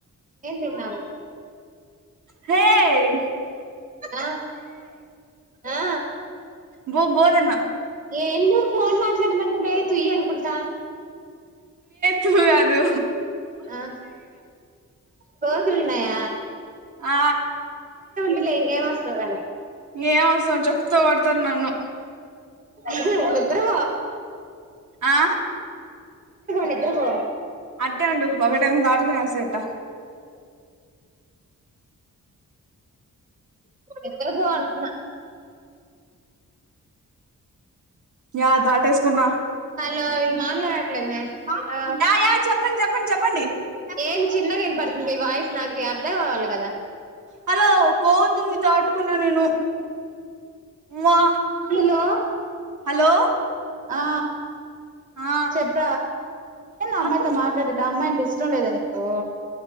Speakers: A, on the right; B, on the right.
A: ఏం తిన్నావు
B: హేయ్
A: ఆ ఆ
B: బో బోదన్న
A: ఏ ఫోన్ మాట్లాడమంటమే తుయ్ అనుకుంటా
B: తూ గాదు
A: ఆ కోతులున్నాయ
B: ఆ
A: ర్లే ఇంగేమి వస్తావు
B: ఏం అవసరం చెప్తో కొడతరు నన్ను
A: అయితే ఏం లే బ్రో
B: ఆ
A: నిద్ర పోలేదు నిద్రపో
B: అట్టే ఉండు ఒకటేమో దాటుకుని వేసేట
A: నిద్దర పో అంటున్నా
B: యా దాటేసుకున్నా
A: లో వీళ్ళు మాట్లాడట్లేదు మే ఆ
B: యా యా చెప్పండి చెప్పండి చెప్పండి
A: ఏ చిన్నగా వినపడుతుంది మీ వాయిస్ నాకు అర్థం అవ్వలి కదా
B: హలో ఒక్క దాటుకున్నా నేను మా
A: హలో
B: హలో
A: ఆ
B: ఆ
A: చెప్ప అందమ్మ
B: అక్క
A: ఇట్ల మాట్లాడడం అమ్మాయి ఇష్టం లేదా నీకు